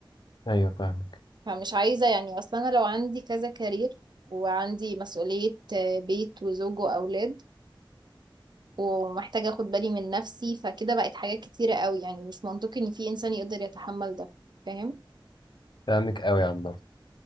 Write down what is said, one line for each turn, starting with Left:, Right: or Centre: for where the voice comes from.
Left: ايوه فاهمك
Right: فمش عايزة يعني اصلا انا لو عندي كذا كارير وعندي مسؤولية آه، بيت وزوج واولاد ومحتاجة اخد بالي من نفسي فكده بقت حاجات كتيرة قوي يعني مش منطقي ان في انسان يقدر يتحمل ده فاهم
Left: فاهمك قوي يا عم